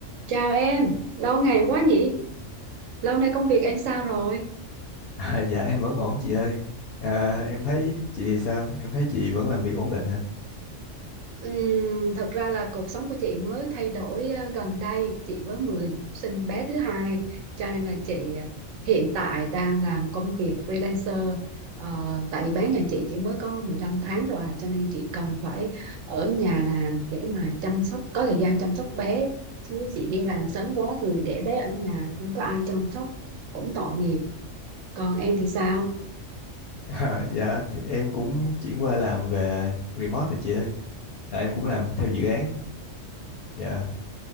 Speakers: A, on the right (about 80°); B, on the left (about 60°).
A: Chào em, lâu ngày quá nhỉ? Lâu nay công việc em sao rồi?
B: À, dạ em vẫn ổn chị ơi. À, em thấy chị thì sao? Em thấy chị vẫn làm việc ổn định hả? <laughs>
A: Ừm, thật ra là cuộc sống của chị mới thay đổi ờ, gần đây, chị mới mới sinh bé thứ hai, cho nên là chị ờ, hiện tại đang làm công việc freelancer. Ờ, tại vì bé nhà chị chỉ mới có 15 tháng rồi à, cho nên chị cần phải ở nhà làm để mà chăm sóc, có thời gian chăm sóc bé. Chứ chị đi làm sớm quá thì để bé ở nhà, không có ai chăm sóc, cũng tội nghiệp. Còn em thì sao?
B: À, dạ thì em cũng chuyển qua làm về remote rồi chị ơi. Là em cũng làm theo dự án. Dạ.